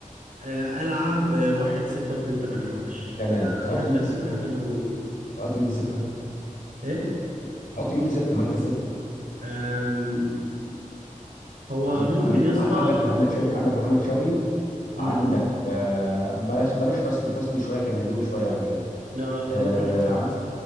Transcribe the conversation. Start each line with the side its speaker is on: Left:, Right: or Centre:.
Right: آه، ألعب واحد ستة واتنين تمانية معلش
Left: تمام
Right: أنا
Left: تحط
Right: أحب
Left: مين
Right: ال...
Left: في ستة
Right: أحب الهجوم
Left: تحط مين في ستة
Right: إيه
Left: تحط مين في ستة مركز ستة
Right: أم... هو
Left: عن
Right: ممكن
Left: عن
Right: يا اسطى
Left: عن عندك محمد شوقي عندك محمد شوقي
Right: م-
Left: عندك آه، بلاش بلاش حسني حسني شويه كان هجومي شويه عن كده
Right: لا
Left: آه،
Right: ممكن حسام
Left: عن
Right: حسن